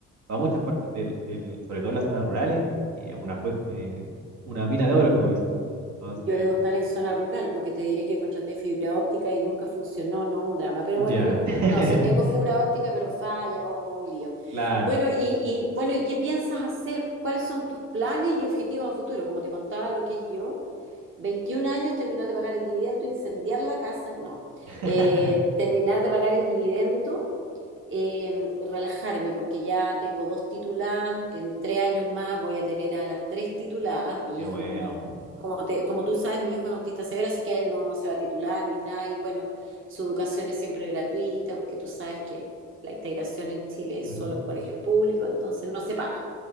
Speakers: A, on the right (about 70°); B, on the right (about 40°).
A: muchas partes del, del- sobre todo en las zonas rurales, eh, una fuente, una mina de oro, como dicen. Entonces,
B: yo debo estar en zona rural porque te diré que contraté fibra óptica y nunca funcionó, no, un drama. Pero
A: ya.
B: bueno, no, impo-
A: <laughs>
B: no, sí tengo fibra óptica, pero falla, o no, un lío.
A: Claro.
B: Bueno, y, y bueno, ¿y qué piensas hacer? ¿Cuáles son tus planes y objetivos a futuro? Como te contaba lo que es yo. 21 años, terminar de pagar el dividendo, incendiar la casa, no.
A: <laughs>
B: Eh, terminar de pagar el dividendo, eh, relajarme, porque ya tengo dos tituladas, en tres años más voy a tener a las tres tituladas. Mi
A: Qué
B: hijo,
A: bueno.
B: como, como, te- como tú sabes, mi hijo es autista severo, así que él no, no se va a titular ni nada. Y bueno, su educación es siempre gratuita, porque tú sabes que la integración en Chile es
A: Ujú.
B: solo en colegios públicos, entonces no se paga.